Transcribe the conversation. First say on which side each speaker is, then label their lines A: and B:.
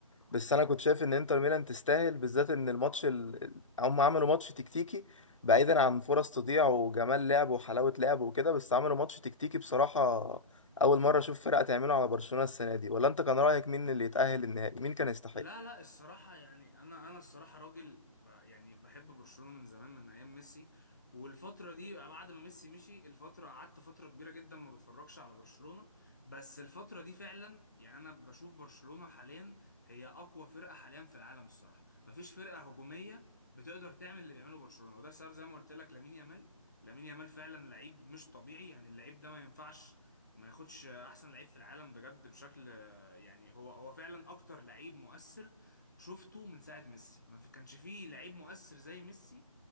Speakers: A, on the left (about 60°); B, on the left (about 30°).
A: بس انا كنت شايف ان انتر ميلان تستاهل بالذات ان الماتش ال... ال- هم عملوا ماتش تكتيكي بعيدا عن فرص تضيع وجمال لعب وحلاوه لعب وكده بس عملوا ماتش تكتيكي بصراحه اول مره اشوف فرقه تعمله على برشلونه السنه دي ولا انت كان رايك مين اللي يتاهل النهائي مين كان يستحق
B: لا لا الصراحة يعني أنا أنا الصراحة راجل ب- يعني بحب برشلونة من زمان من أيام ميسي والفترة دي بعد ما ميسي مشي الفترة قعدت فترة كبيرة جدا ما بتفرجش على برشلونة بس الفترة دي فعلا يعني أنا بشوف برشلونة حاليا هي أقوى فرقة حاليا في العالم الصراحة مفيش فرقة هجومية بتقدر تعمل اللي بيعمله برشلونة وده سبب زي ما قلت لك لامين يامال لامين يامال فعلا لعيب مش طبيعي يعني اللعيب ده ما ينفعش ما ياخدش أحسن لعيب في العالم بجد بشكل يعني هو هو فعلا اكتر لعيب مؤثر شفته من ساعه ميسي ما في- كانش فيه لعيب مؤثر زي ميسي